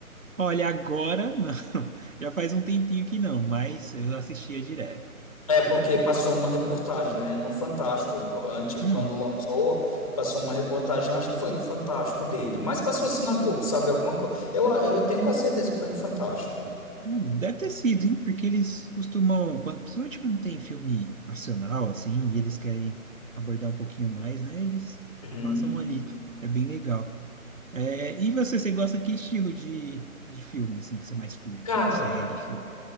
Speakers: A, on the right; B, on the left.
A: Olha, agora não. <laughs> Já faz um tempinho que não, mas eu assistia direto.
B: É porque passou uma reportagem, né, no Fantástico, co- antes,
A: Hum,
B: quando lançou, passou uma reportagem, acho que foi no Fantástico dele, mas passou assim na Globo, sabe, alguma coisa, eu, eu tenho quase certeza que foi no Fantástico.
A: hum, deve ter sido, hein? Porque eles costumam, quando, principalmente quando tem filme nacional, assim, e eles querem abordar um pouquinho mais, né? Eles
B: Uhum.
A: passam ali. É bem legal. É, e você, você gosta que estilo de, de filme, assim, que você mais curte?
B: Cara,
A: Série, filme?